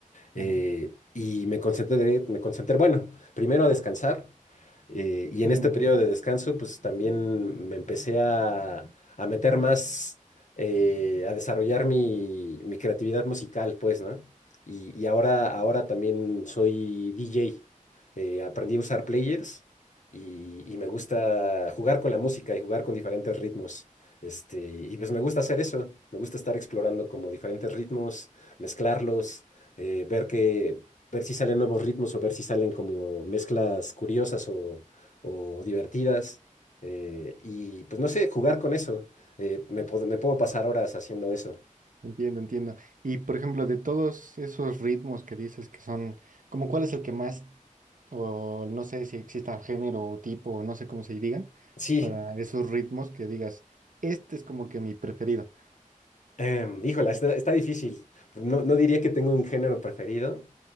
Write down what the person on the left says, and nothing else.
eh,
y me concentré, me concentré, bueno, primero a descansar eh, y en
este periodo de descanso pues también me empecé a, a meter más, eh, a desarrollar mi, mi creatividad musical pues, ¿no? Y, y ahora, ahora también soy DJ, eh, aprendí a usar players y, y me gusta jugar con la música y jugar con diferentes ritmos. Este, y pues me gusta hacer eso, me gusta estar explorando como diferentes ritmos, mezclarlos eh, ver que, ver si salen nuevos ritmos o ver si salen como mezclas curiosas o, o divertidas. eh, y pues no sé, jugar con eso. Eh, me, pod- me puedo pasar horas haciendo eso.
Sí,
Em, híjola, está, está difícil. No, no diría que tengo un género preferido,